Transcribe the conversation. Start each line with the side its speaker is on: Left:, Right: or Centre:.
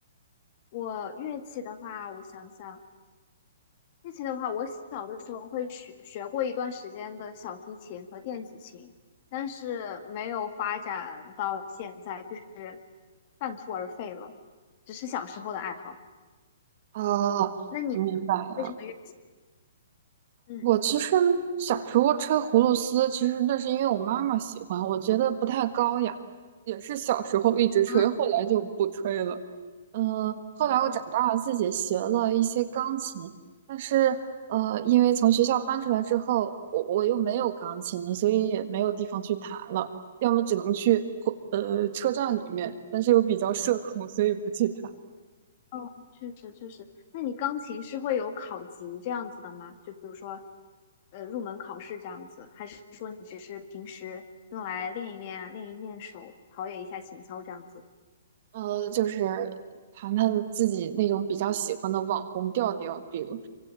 Left: 我乐器的话，我想想。乐器的话，我小的时候会学学过一段时间的小提琴和电子琴，但是没有发展到现在，就是半途而废了，只是小时候的爱好。
Right: 哦，
Left: 那你
Right: 我明白了。
Left: 为什么乐器？嗯
Right: 我其实小时候吹葫芦丝，其实那是因为我妈妈喜欢，我觉得不太高雅，也是小时候一直吹，
Left: 啊
Right: 后来就不吹了。嗯，后来我长大了，
Left: 嗯
Right: 自己学了一些钢琴，但是呃，因为从学校搬出来之后，我我又没有钢琴了，所以也没有地方去弹了，要么只能去火呃车站里面，但是又比较社恐，所以不去弹。
Left: 哦，确实确实。那你钢琴是会有考级这样子的吗？就比如说，呃，入门考试这样子，还是说你只是平时用来练一练啊、练一练手，陶冶一下情操这样子？
Right: 呃，就是弹弹自己那种比较喜欢的网红调调，比如。